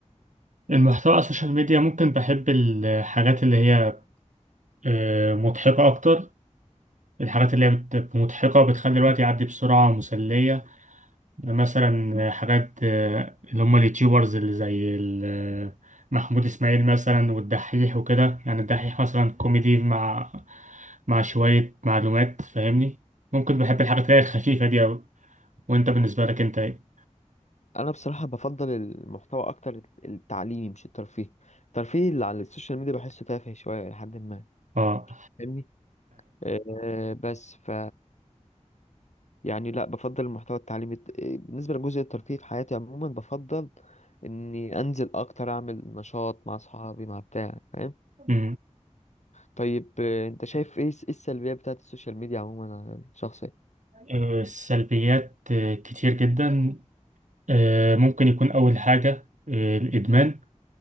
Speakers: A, on the right (about 75°); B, on the left (about 65°).
A: المحتوى على السوشيال ميديا ممكن بحب الحاجات اللي هي آه، مضحكة أكتر الحاجات اللي هي بت- مضحكة بتخلي الوقت يعدي بسرعة ومسلية مثلا آه، حاجات آه، اللي هم اليوتيوبرز اللي زي ال- آه، محمود إسماعيل مثلا والدحيح وكده يعني الدحيح مثلا كوميدي مع مع شوية معلومات فاهمني ممكن بحب الحاجات اللي هي الخفيفة دي أوي وأنت بالنسبة لك أنت إيه؟
B: انا بصراحه بفضل المحتوى اكتر التعليمي مش الترفيهي الترفيه اللي على السوشيال ميديا بحسه تافه شويه لحد ما
A: أه
B: فاهمني آه، بس ف يعني لا بفضل المحتوى التعليمي الت- آه، بالنسبة لجزء الترفيه في حياتي عموما بفضل اني انزل اكتر اعمل نشاط مع اصحابي مع بتاع فاهم
A: أي
B: طيب آه، انت شايف ايه الس- إيه السلبيات بتاعت السوشيال ميديا عموما على الشخص
A: آه، السلبيات آه، كتير جدا آه، ممكن يكون أول حاجة آه، الإدمان